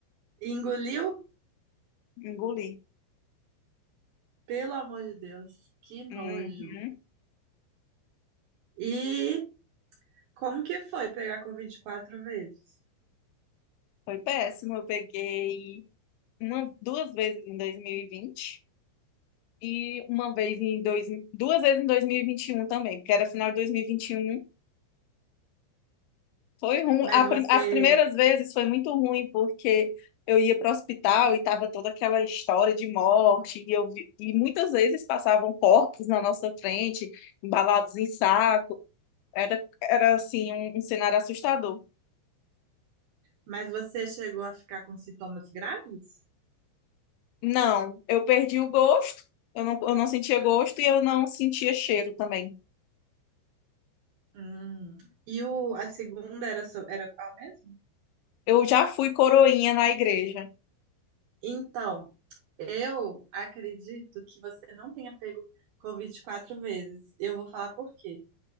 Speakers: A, on the right (about 70°); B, on the left (about 80°).
A: Engoliu?
B: engoli.
A: Pelo amor de Deus, que nojo.
B: Uhum,
A: E como que foi pegar Covid quatro vezes?
B: Foi péssimo. Eu peguei não, duas vezes em 2020 e vinte e uma vez em dois, duas vezes em 2021 também, porque era final de 2021 Foi ruim.
A: Mas
B: A
A: você,
B: prim- As primeiras vezes foi muito ruim, porque eu ia para o hospital e tava toda aquela história de morte, e, eu vi- e muitas vezes passavam corpos na nossa frente, embalados em saco. Era, era assim, um, um cenário assustador.
A: mas você chegou a ficar com sintomas graves?
B: Não, eu perdi o gosto, eu não, eu não sentia gosto e eu não sentia cheiro também.
A: Hum. E o, a segunda era, so- era qual mesmo?
B: Eu já fui coroinha na igreja.
A: Então, eu acredito que você não tenha pego Covid quatro vezes. Eu vou falar por quê.